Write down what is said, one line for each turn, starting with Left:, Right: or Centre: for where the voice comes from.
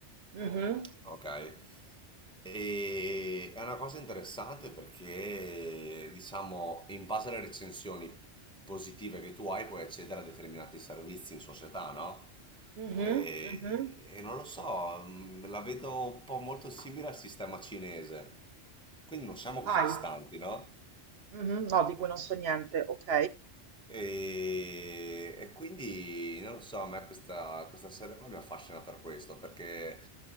Right: mhm,
Centre: Ok. E è una cosa interessante perché, diciamo, in base alle recensioni positive che tu hai, puoi accedere a determinati servizi in società, no?
Right: mhm,
Centre: E,
Right: mhm.
Centre: e non lo so, mh, la vedo un po' molto simile al sistema cinese. Quindi non siamo così
Right: Ai,
Centre: distanti, no?
Right: mhm, no, di cui non so niente, ok.
Centre: E, e quindi non lo so, a me questa, questa serie qua mi affascina per questo, perché